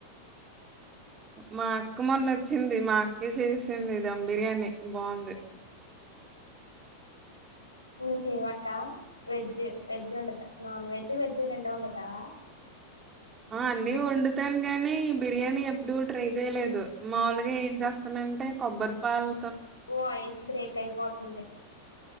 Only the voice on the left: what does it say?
నువ్వు చేయవాక్క వెజ్ వెజ్ ఉండతా నాన్ వెజ్ వెజ్జ్ రెండో ఉండతావా
వాయిస్ బ్రేక్ అయిపోతుంది